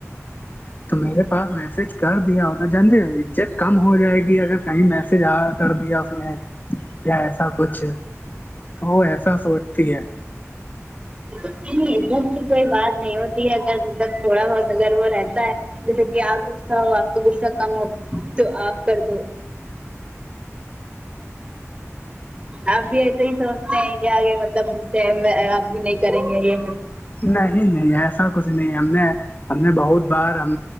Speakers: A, on the left; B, on the right.
A: تو میرے پاس میسج کر دیا ہوتا جاندے عزت کم ہو جائے گی اگر کہیں میسج آ کر دیا اس نے یا ایسا کچھ تو وہ ایسا سوچتی ہے
B: نہیں ادھر کی کوئی بات نہیں ہوتی اگر مب تھوڑا بہت اگر وہ رہتا ہے جیسے کہ آپ غصہ ہو آپ کا غصہ کم ہو تو آپ کر دو آپ بھی ایسے ہی سونچ نہیں کہ آگے مطلب سے میں اب بھی نہیں کریں گے یہ
A: نہیں نہیں ایسا کچھ نہیں ہم نے ہم نے بہت بار ہم